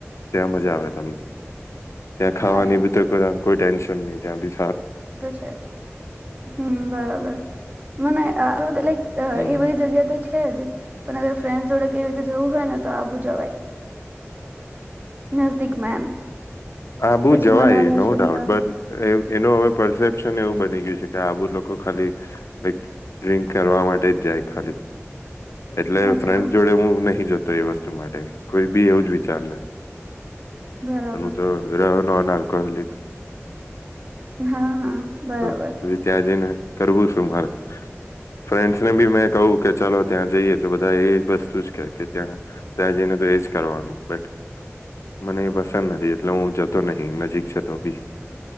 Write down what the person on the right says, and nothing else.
હા એ
તો છે હમ બરાબર મ બધ લક <unintelligible> અ
એ બધી જગ્યા તો છે જ પણ ફ્રેન્ડસ જોડે કેવી રીતે જવું હોય ને તો આવું જવાય નઝદીક માં એમ
પછી
મનાલી
શિમલા
અચ્છા
બરાબર
હા હા બરાબર